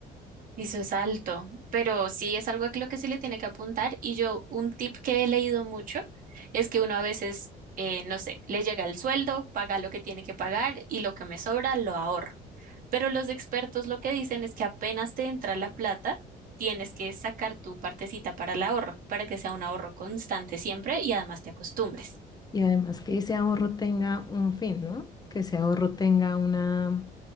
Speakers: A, on the right; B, on the left.
A: Y su salto, pero sí es algo a lo que se le tiene que apuntar. Y yo, un tip que he leído mucho es que uno a veces, eh, no sé, le llega el sueldo, paga lo que tiene que pagar y lo que me sobra lo ahorro. Pero los expertos lo que dicen es que apenas te entra la plata, tienes que sacar tu partecita para el ahorro, para que sea un ahorro constante siempre y además te acostumbres.
B: Y además que ese ahorro tenga un fin, ¿no? Que ese ahorro tenga una